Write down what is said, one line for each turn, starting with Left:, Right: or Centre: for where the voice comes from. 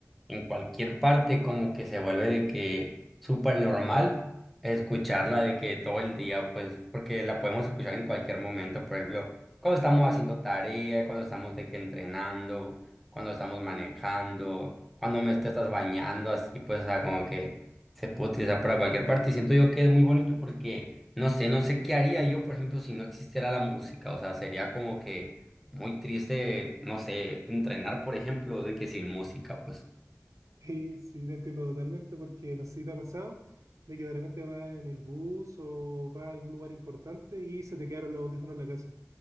Centre: en cualquier parte como que se vuelve de que súper normal escucharla de que todo el día, pues porque la podemos escuchar en cualquier momento, por ejemplo, cuando estamos haciendo tarea, cuando estamos de que entrenando, cuando estamos manejando, cuando me te estás bañando, así pues, o sea, como que se puede utilizar para cualquier parte y siento yo que es muy bonito porque no sé, no sé qué haría yo, por ejemplo, si no existiera la música, o sea, sería como que muy triste, no sé, entrenar, por ejemplo, de que sin música, pues.
Right: Sí, sí, te entiendo totalmente porque no sé si te ha pasado de que de repente vas en el bus o vas a algún lugar importante y se te quedaron los audífonos en la casa.